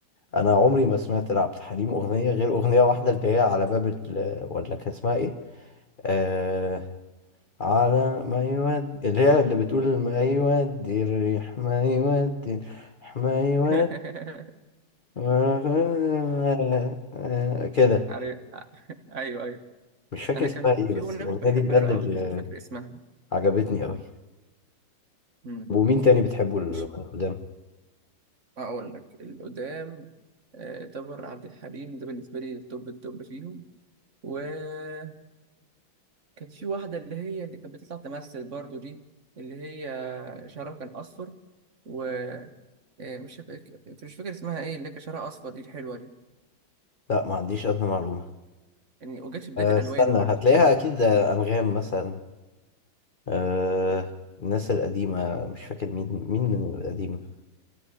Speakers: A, on the left; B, on the right.
A: انا عمري ما سمعت لعبد الحليم اغنيه غير اغنيه واحده اللي هي على باب ال... ولا كان اسمها ايه آه... على ما يودي اللي هي اللي بتقول ما يودي الريح ما يودي الريح، ما يودي
B: <laughs>
A: ما- كده
B: عارف أيوه أيوه
A: مش فاكر
B: أنا
A: اسمها
B: كان
A: ايه
B: في
A: بس
B: أغنية
A: الأغنية
B: كنت بحبها
A: دي بجد
B: له قوي
A: اللي
B: بس مش فاكر اسمها
A: عجبتني قوي
B: أمم.
A: ومين تاني بتحبه ال-
B: مش
A: القدام؟
B: هقول لك القدام آه، تامر عبد الحليم ده بالنسبة لي التوب التوب فيهم وكانت في واحدة اللي هي اللي كانت بتطلع تمثل برضو دي اللي هي شعرها كان أصفر ومش فاكر مش فاكر اسمها ايه اللي كان شعرها أصفر دي الحلوة دي
A: لا ما عنديش أدنى معلومة
B: يعني وجت في بداية
A: أه،
B: الألوان
A: استنى
B: برضو
A: هتلاقيها أكيد آه، أنغام مثلا أه، الناس القديمة مش فاكر مين مين من القديم